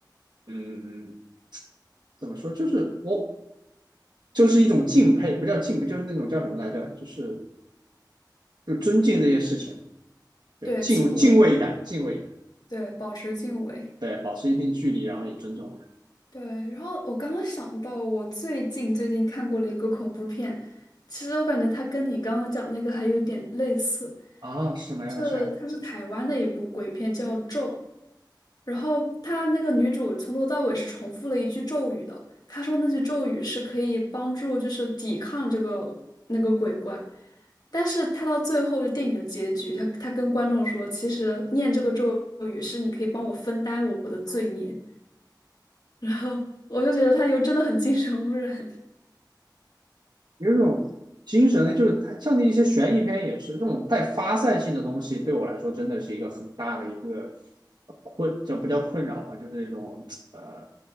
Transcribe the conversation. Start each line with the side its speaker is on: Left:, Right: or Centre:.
Right: 嗯，怎么说？就是我就是一种敬佩，不叫敬佩，就是那种叫什么来着？就是就尊敬这些事情，
Left: <laughs>
Right: 对，
Left: 对，
Right: 敬敬畏感，
Left: 敬畏，
Right: 敬畏感，
Left: 对，保持敬畏。
Right: 对，保持一定距离，然后也尊重它。
Left: 对，然后我刚刚想到，我最近最近看过了一个恐怖片，其实我感觉它跟你刚刚讲那个还有一点类似，
Right: 啊，是什么样的事儿？
Left: 是它是台湾的一部鬼片叫《咒》，然后它那个女主从头到尾是重复了一句咒语的，她说那句咒语是可以帮助就是抵抗这个那个鬼怪，但是她到最后就电影的结局，她她跟观众说，其实念这个咒语是你可以帮我分担我的罪孽。然后我就觉得他有真的很精神污染。
Right: 有一种精神呢，就是它像那一些悬疑片也是这种带发散性的东西，对我来说真的是一个很大的一个困，这不叫困扰吧，就是一种呃